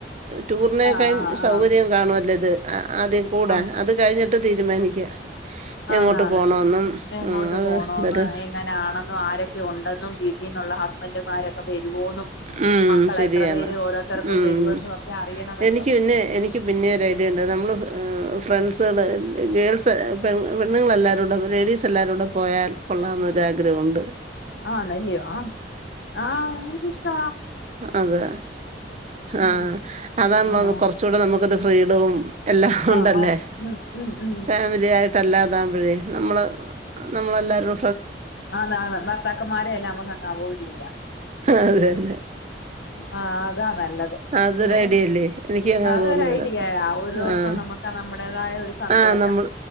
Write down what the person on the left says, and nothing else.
ആഹ്
ആഹ്
ആഹ്
ആഹ്
ആന്നാന്ന്
എങ്ങോട്ട്
പോണോന്ന്
എങ്ങനാണെന്നും ആരൊക്കെ
ഉണ്ടെന്നും <unintelligible>
മക്കൾ
എത്ര പേര് ഓരോരുത്തർക്കും
വരുമെന്നും ഒക്കെ അറിയണമല്ലോ
ആണല്ല്യോ ആഹ് ആഹ് എനിക്കിഷ്ടാ
ഉം
ആഹ്
ആഹ് ഓഹ് ഉം ഉം ഉം
അണാന്ന് എന്നാൽ പാക്കന്മാരെയെല്ലാം നമുക്കങ്ങ് അവോയ്ഡ് ചെയ്യാം
ആഹ് അതാ നല്ലത്
പിന്നെ
അതൊരു
ഐഡിയയാ ഒരു ദിവസം
നമുക്ക് നമ്മുടേതായ ഒരു സന്തോഷം